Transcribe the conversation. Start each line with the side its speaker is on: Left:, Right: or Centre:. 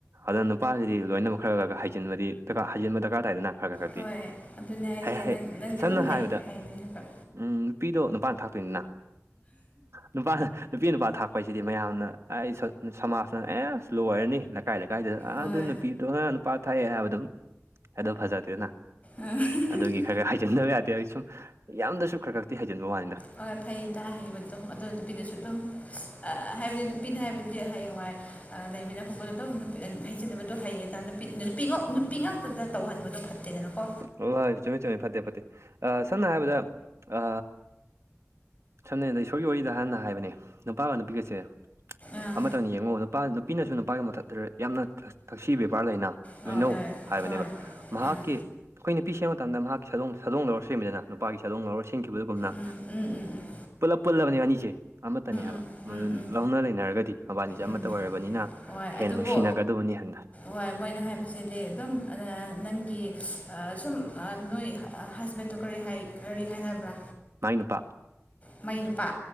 Right: ꯑꯗꯨ ꯅꯨꯄꯥꯁꯤꯗꯤ ꯂꯣꯏꯅꯃꯛ ꯈꯔ ꯈꯔ ꯈ ꯍꯩꯖꯤꯟꯕꯗꯤ ꯍꯩꯖꯤꯟꯕ ꯗꯔꯀꯥꯔ ꯇꯥꯏꯗꯅ ꯈꯔ ꯈꯔ ꯈꯔꯗꯤ
Left: ꯍꯣꯏ ꯑꯗꯨꯅꯦ ꯍꯥꯏꯁꯦ
Right: ꯍꯩ ꯍꯩ
Left: ꯅꯪ ꯅꯪꯗꯤ
Right: ꯁꯝꯅ
Left: ꯑꯗꯨꯝ ꯍꯩ
Right: ꯍꯥꯏꯔꯕꯗ
Left: ꯍꯩꯔꯦ ꯍꯥꯏꯕ
Right: ꯎꯝ ꯅꯨꯄꯤꯗꯣ ꯅꯨꯄꯥꯅ ꯊꯥꯛꯇꯣꯏꯅꯤꯅ ꯅꯨꯄꯥꯅ ꯅꯨꯄꯤ ꯅꯨꯄꯥ ꯊꯥꯛꯄ ꯍꯥꯏꯁꯤꯗꯤ ꯃꯌꯥꯝꯅ ꯑꯩ ꯁꯃꯥꯖꯅ ꯑꯦꯁ ꯂꯣꯏꯔꯅꯤ ꯂꯩꯀꯥꯏ ꯂꯩꯀꯥꯏꯗ ꯑꯥ
Left: ꯍꯣꯏ
Right: ꯑꯗꯨ ꯅꯨꯄꯤꯗꯨꯅ ꯅꯨꯄꯥ ꯊꯥꯛꯑꯦ ꯍꯥꯏꯕꯗ ꯑꯗꯨꯝ ꯑꯗꯣ ꯐꯖꯗꯦꯗꯅ
Left: ꯑꯨꯝ
Right: ꯑꯗꯨꯒꯤ
Left: <unintelligible>
Right: ꯈꯔ ꯈꯔ ꯍꯩꯖꯟꯗꯕ ꯌꯥꯗꯦ ꯍꯥꯏꯁꯨꯝ ꯌꯥꯝꯗ꯭ꯔꯁꯨ ꯈꯔ ꯈꯔꯛꯇꯤ ꯍꯩꯖꯤꯟꯕ ꯋꯥꯅꯤꯗ
Left: ꯍꯣꯏ ꯐꯩꯌꯦ ꯇ ꯍꯩꯕꯗꯣ ꯑꯗꯨ ꯅꯨꯄꯤꯅꯁꯨ ꯑꯗꯨꯝ ꯑ ꯍꯥꯏꯕꯗꯤ ꯅꯨꯄꯤꯅ ꯍꯥꯏꯕꯗꯤ ꯍꯌꯦꯡꯋꯥꯏ ꯂꯩꯃꯤꯟꯅꯕ ꯈꯣꯢꯗꯗꯨꯝ ꯍꯩꯖꯟꯅꯕꯗꯣ ꯍꯩꯌꯦ ꯅꯨꯄꯤ ꯅꯨꯄꯤ ꯅꯨꯄꯤ ꯉꯥꯛꯇꯗ ꯇꯧꯍꯟꯕꯗꯣ ꯐꯠꯇꯦ ꯇꯦꯗꯅꯀꯣ
Right: ꯍꯣꯏ ꯍꯣꯏ ꯆꯨꯝꯃꯦ ꯆꯨꯝꯃꯦ ꯐꯠꯇꯦ ꯐꯠꯇꯦ ꯑ ꯁꯝꯅ ꯍꯥꯏꯔꯕꯗ ꯑ ꯁꯝꯅ ꯍꯥꯢꯔꯕꯗ ꯏꯁꯣꯔꯒꯤ ꯋꯥꯔꯤꯗ ꯍꯥꯟꯅ ꯍꯥꯏꯕꯅꯦ ꯅꯨꯄꯥꯒ ꯅꯨꯄꯤꯒꯁꯦ
Left: ꯑꯥ
Right: ꯑꯃꯇꯅꯤ ꯌꯦꯡꯉꯣ ꯅꯨꯄꯥ ꯅꯨꯄꯤꯅꯁꯨ ꯅꯨꯄꯥꯒꯤ ꯃꯊꯛꯇ ꯌꯥꯝꯅ ꯊꯛꯁꯤ ꯕꯦꯕꯥꯔ ꯂꯩꯅ
Left: ꯍꯣꯏ
Right: ꯂꯣꯏꯅꯧ
Left: ꯍꯣꯏ
Right: ꯍꯥꯏꯕꯅꯦꯕ
Left: ꯍꯣꯏ
Right: ꯃꯍꯥꯛꯀꯤ
Left: ꯑꯥ
Right: ꯑꯩꯈꯣꯏ ꯅꯨꯄꯤ ꯁꯦꯝꯕ ꯃꯇꯝꯗ ꯃꯍꯥꯛꯀꯤ ꯁꯥꯗꯣꯡ ꯁꯗꯣꯡ ꯂꯧꯔ ꯁꯦꯝꯃꯤꯗꯅ ꯅꯨꯄꯥꯒꯤ ꯁꯥꯗꯣꯡ ꯂꯧꯔ ꯁꯤꯟꯈꯤꯕꯗꯨꯨꯝꯅ
Left: ꯎꯝ ꯎꯝ ꯎꯝ ꯎꯝ
Right: ꯄꯨꯜꯂꯞ ꯄꯨꯜꯂꯕꯅꯦ ꯑꯅꯤꯁꯦ ꯑꯃꯠꯇꯅꯦ ꯍꯥꯏꯕ
Left: ꯎꯝ
Right: ꯃꯗꯨ
Left: ꯎꯝ ꯎꯝ ꯎꯝ
Right: ꯂꯧꯅ ꯂꯩꯅꯔꯒꯗꯤ ꯃꯕꯥꯅꯤꯁꯦ
Left: ꯎꯝ
Right: ꯑꯃꯠꯇ ꯑꯣꯏꯔꯕꯅꯤꯅ
Left: ꯍꯣꯏ
Right: ꯍꯦꯟꯅ
Left: ꯑꯗꯨꯕꯨ
Right: ꯅꯨꯡꯁꯤꯅꯒꯗꯕꯅꯤ ꯍꯟꯗ
Left: ꯍꯣꯏ ꯃꯣꯏꯅ ꯍꯥꯏꯕꯁꯤꯗꯤ ꯑꯗꯨꯝ ꯑꯗꯨꯅ ꯅꯪꯒꯤ ꯁꯨꯝ ꯅꯣꯏ ꯍꯁꯕꯦꯟꯗꯣ ꯀꯔꯤ ꯀꯔꯤ ꯍꯥꯏꯅꯕ꯭ꯔꯥ
Right: ꯃꯥꯏ ꯅꯨꯄꯥ
Left: ꯃꯥꯢ ꯅꯨꯄꯥ